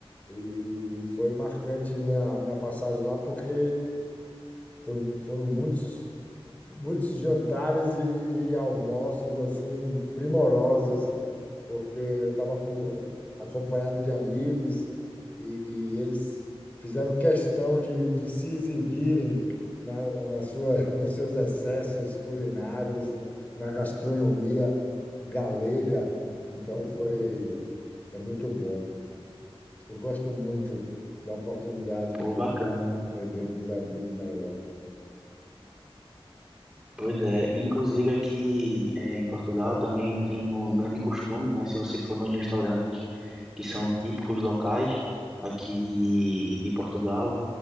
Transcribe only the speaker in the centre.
Pô,
bacana.
Pois é, inclusive aqui eh, em Portugal também tem um grande costume, né? Se você for nos restaurantes que são típicos locais aqui de, de Portugal,